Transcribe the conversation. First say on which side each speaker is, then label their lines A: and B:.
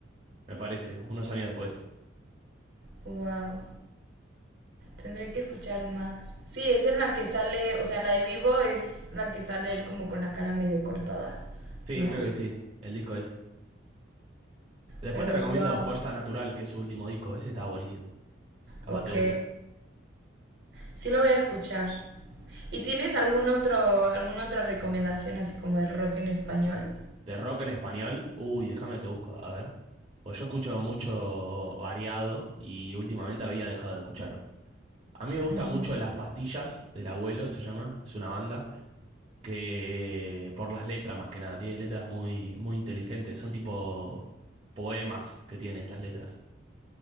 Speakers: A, on the right; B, on the right.
A: me parece, unos años después.
B: Wow. Tendré que escuchar más. Sí, es en la que sale. O sea, la de vivo es la que sale él como con la cara medio cortada.
A: Sí,
B: ¿No?
A: creo que sí, el disco ese. Después
B: Pero
A: te recomiendo
B: wow.
A: Fuerza Natural, que es su último disco. Ese está buenísimo. Capaz
B: Ok.
A: te gusta.
B: Sí lo voy a escuchar. ¿Y tienes algún otro, alguna otra recomendación así como de rock en español?
A: De rock en español. Uy, déjame que te busco. A ver. Pues yo escucho mucho variado y últimamente había dejado de escuchar A mí me gusta
B: Ujú.
A: mucho Las Pastillas del Abuelo, se llama, es una banda, que por las letras más que nada, tiene letras muy, muy inteligentes, son tipo poemas que tiene las letras.